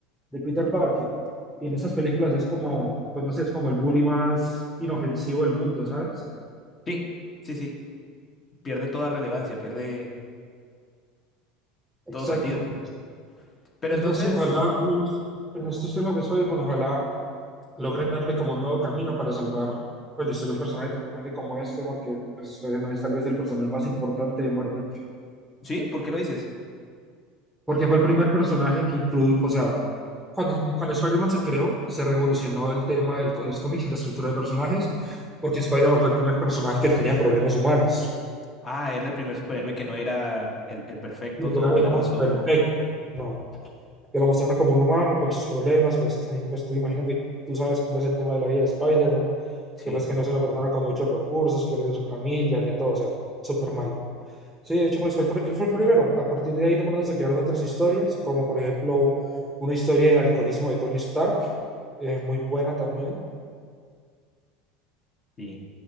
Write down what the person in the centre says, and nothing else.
de Peter Parker. Y en estas películas es como, pues no sé, es como el bully más inofensivo del mundo, ¿sabes?
Exacto.
Pues
no sé, ojalá, al menos en estos temas de Spider-Man, bueno, ojalá logren darle como un nuevo camino para salvar pues, la historia de un personaje tan grande como este, porque pues, Spider-Man es tal vez el personaje más importante de Marvel.
Porque fue el primer personaje que incluye, o sea, cuando, cuando Spider-Man se creó, se revolucionó el tema de los cómics y la escritura de personajes, porque Spider-Man fue el primer personaje que tenía problemas humanos.
porque
no era, digamos, perfecto, no. Que lo mostraron como un humano con sus problemas, pues también, pues tú imagino que tú sabes cómo es el tema de la vida de Spider-Man,
que pues que no es una persona con muchos recursos, que lo de su familia, que todo, o sea, súper mal. Sí, de hecho, pues fue el, pr- él fue el primero. A partir de ahí, de pronto se crearon otras historias, como por ejemplo una historia del alcoholismo de Tony Stark, eh, muy buena también.